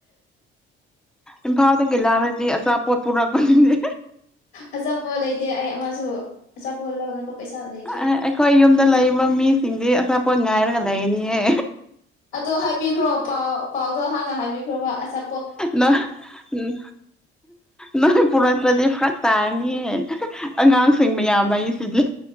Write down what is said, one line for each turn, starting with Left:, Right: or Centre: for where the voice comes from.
Centre: ꯏꯝꯐꯥꯜꯗꯒꯤ ꯂꯥꯛꯔꯗꯤ ꯑꯆꯥꯄꯣꯠ ꯄꯨꯔꯛꯄꯅꯤꯅꯦ꯫
Left: ꯑꯆꯥꯄꯣꯠ ꯂꯩꯇꯦ ꯑꯩ ꯑꯃꯁꯁꯨ ꯑꯆꯥꯄꯣꯠ ꯂꯧꯅꯕ ꯄꯩꯁꯥ ꯂꯩꯇ꯭ꯔꯦ
Centre: ꯑꯩꯈꯣꯏ ꯌꯨꯝꯗ ꯂꯩꯔꯤꯕ ꯃꯤꯁꯤꯡꯗꯤ ꯑꯆꯥꯄꫭꯠ ꯉꯥꯏꯔꯒ ꯂꯩꯒꯅꯤꯍꯦ꯫
Left: ꯑꯗꯣ ꯍꯥꯏꯕꯤꯈ꯭ꯔꯣ ꯄꯥꯎ ꯄꯥꯎꯗꯣ ꯍꯥꯟꯅ ꯍꯥꯏꯕꯤꯈ꯭ꯔꯣꯕ ꯑꯆꯥ
Centre: ꯅꫭꯏ ꯎꯝ ꯅꯣꯏ ꯄꯨꯔꯛꯇ꯭ꯔꯗꯤ ꯐꯔꯛ ꯇꯥꯔꯅꯤꯌꯦ ꯑꯉꯥꯡꯁꯤꯡ ꯃꯌꯥꯝꯅ ꯑꯩ ꯁꯤꯗꯤ